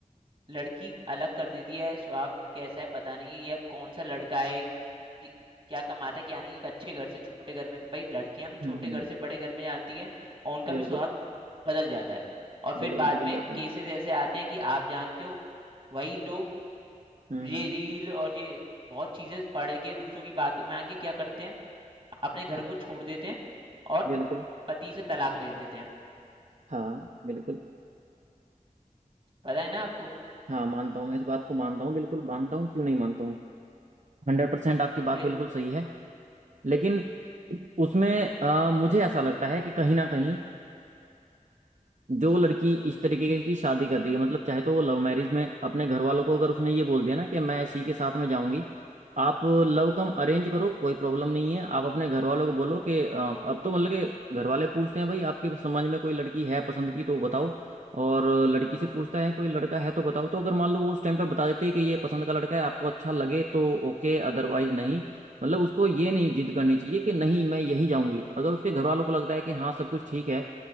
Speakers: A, on the right; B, on the right.
A: लड़की अलग कर देती है स्वभाव कैसा है पता नहीं है या कौन सा लड़का है कि- क्या कमाता है क्या नहीं एक अच्छे घर से छोटे घर में भाई लड़कियां भी छोटे
B: हम्म, हम्म,
A: घर से बड़े घर में जाती हैं और उनका
B: बिल्कुल
A: भी स्वभाव बदल जाता है और फिर
B: बिल्कुल
A: बाद
B: बदल
A: में
B: जाते हैं
A: केसेस ऐसे आते हैं कि आप जानते हो वही लोग
B: हम्म
A: ये
B: हम्म
A: रील और ये बहुत चीजें पढ़ के दूसरों की बातों में आके क्या करते हैं अपने घर को छोड़ देते हैं और
B: बिल्कुल
A: पति से तलाक ले लेते हैं
B: हाँ बिल्कुल
A: पता है ना आपको
B: हाँ मानता हूँ मैं इस बात को मानता हूँ बिल्कुल मानता हूँ क्यों नहीं मानता हूँ हंड्रेड परसेंट आपकी बात
A: फिर
B: बिल्कुल सही है लेकिन उसमें अ, मुझे ऐसा लगता है कि कहीं ना कहीं जो लड़की इस तरीके की शादी कर रही है मतलब चाहे तो वो लव मैरिज में अपने घर वालों को अगर उसने ये बोल दिया ना कि मैं इसी के साथ में जाऊंगी आप लव कम अरेंज करो कोई प्रॉब्लम नहीं है आप अपने घर वालों को बोलो कि अ, अब तो मतलब कि घर वाले पूछते हैं भाई आपके समझ में कोई लड़की है पसंद की तो बताओ और लड़की से पूछता है कोई लड़का है तो बताओ तो अगर मान लो वो उस टाइम पर बता देते हैं कि ये पसंद का लड़का है आपको अच्छा लगे तो ओके अदरवाइज नहीं मतलब उसको ये नहीं जिद करनी चाहिए कि नहीं मैं यहीं जाऊंगी अगर उसके घर वालों को लगता है कि हाँ सब कुछ ठीक है